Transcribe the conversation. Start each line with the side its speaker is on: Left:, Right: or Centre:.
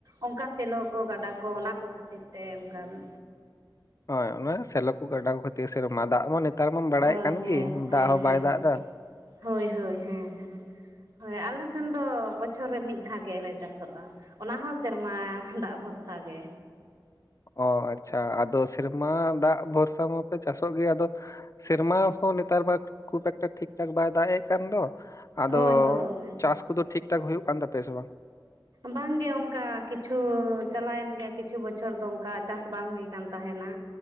Right: ᱚᱱᱠᱟ ᱥᱮᱞᱚ ᱜᱟᱰᱟ ᱠᱚ ᱚᱱᱟ ᱠᱚ ᱠᱷᱟᱹᱛᱤᱨ ᱛᱮ ᱚᱱᱠᱟ ᱫᱚ
Left: ᱦᱚᱭ ᱥᱮᱞᱚ ᱠᱚ ᱜᱟᱰᱟ ᱠᱷᱟᱹᱛᱤᱨ ᱥᱮᱨᱢᱟ ᱫᱟᱜ ᱢᱟ ᱱᱮᱛᱟᱨ ᱢᱟᱢ ᱵᱟᱲᱟᱭᱮᱫ
Right: ᱦᱳᱭ
Left: ᱠᱟᱱ
Right: ᱦᱮᱸ
Left: ᱜᱮ
Right: ᱦᱮᱸ
Left: ᱫᱟᱜ ᱦᱚᱸ
Right: ᱦᱮᱸ
Left: ᱵᱟᱭ ᱫᱟᱜ ᱮᱫᱟ ᱾
Right: ᱦᱳᱭ ᱦᱳᱭ ᱦᱮᱸ ᱦᱮᱸ ᱦᱳᱭ ᱟᱞᱮ ᱥᱮᱱ ᱫᱚ ᱵᱚᱪᱷᱚᱨ ᱨᱮ ᱢᱤᱫ ᱫᱷᱟᱣ ᱜᱮᱞᱮ ᱪᱟᱥᱚᱜᱼᱟ ᱾ ᱚᱱᱟ ᱦᱚᱸ ᱥᱮᱨᱢᱟ ᱫᱟᱜ ᱵᱷᱚᱨᱥᱟ ᱜᱮ
Left: ᱚ ᱟᱪᱪᱷᱟ ᱟᱫᱚ ᱥᱮᱨᱢᱟ ᱫᱟᱜ ᱵᱷᱚᱨᱥᱟ ᱢᱟᱯᱮ ᱪᱟᱥᱚᱜ ᱜᱮ ᱟᱫᱚ ᱥᱮᱨᱢᱟ ᱦᱚᱸ ᱱᱮᱛᱟᱨ ᱢᱟ ᱠᱷᱩᱵ ᱮᱠᱴᱟ ᱴᱷᱤᱠ ᱴᱷᱟᱠ ᱵᱟᱭ ᱫᱟᱜ ᱮᱫ ᱠᱟᱱ ᱫᱚ ᱟᱫᱚ
Right: ᱦᱳᱭ ᱦᱳᱭ
Left: ᱪᱟᱥ ᱠᱚᱫᱚ ᱴᱷᱤᱠ ᱴᱷᱟᱠ ᱦᱩᱭᱩᱜ ᱠᱟᱱ ᱛᱟᱯᱮᱭᱟ ᱥᱮ ᱵᱟᱝ?
Right: ᱵᱟᱝᱜᱮ ᱚᱱᱠᱟ ᱠᱤᱪᱷᱩ ᱪᱟᱞᱟᱣᱮᱱ ᱜᱮᱭᱟ ᱠᱤᱪᱷᱩ ᱵᱚᱪᱷᱚᱨ ᱫᱚ ᱚᱱᱠᱟ ᱪᱟᱥ ᱵᱟᱝ ᱦᱩᱭ ᱠᱟᱱ ᱛᱟᱦᱮᱱᱟ